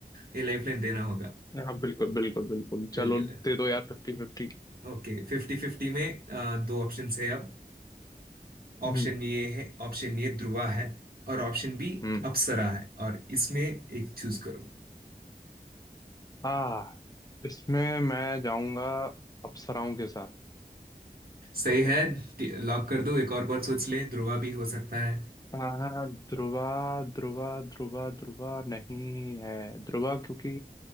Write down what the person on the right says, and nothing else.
ये लाइफलाइन देना होगा
बिल्कुल
ओके फिफ्टी फिफ्टी में अ, दो ऑप्शन है अब ऑप्शन
ये है ऑप्शन ये ध्रुवा है और ऑप्शन बी
अप्सरा है और इसमें एक चूज करो
सही
है लॉक कर दो एक और बार सोच ले ध्रुवा भी हो सकता है